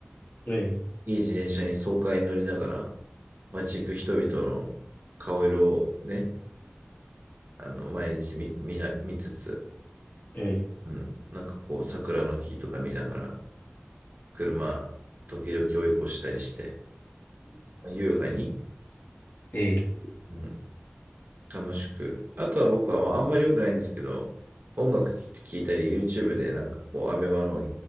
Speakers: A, on the left; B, on the right.
A: え
B: いい自転車に爽快に乗りながら、街行く人々の顔色をね、あの、毎日見、見な、見つつ、
A: ええ
B: うん、なんかこう、桜の木とか見ながら、車、時々追い越したりして、優雅に、
A: ええ
B: うん、楽しく。あとは僕は、まあ、あんまり良くないんですけど、音楽聴いたり、YouTube でなんかこう、アベマの